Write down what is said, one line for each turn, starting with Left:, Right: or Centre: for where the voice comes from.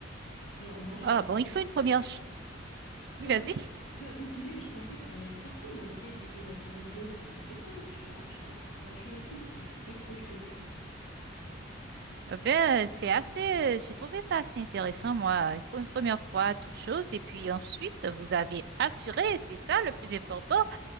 Left: Genre, moi, je
Right: Ah
Left: pensais...
Right: bon, il faut une première... ch- Oui,
Left: Ouais,
Right: Vas-y.
Left: bah, mais tu sais que je pensais que ça allait être facile. Dans ma tête, c'était bah, sur les vidéos, ça paraissait simple. Tu, bah, tu fais un coup de peinture et tout. Mais c'était trop dur.
Right: Eh Ben, euh, c'est assez, j'ai trouvé ça assez intéressant, moi. Il faut une première fois toute chose, et puis ensuite, vous avez assuré, c'est ça le plus important.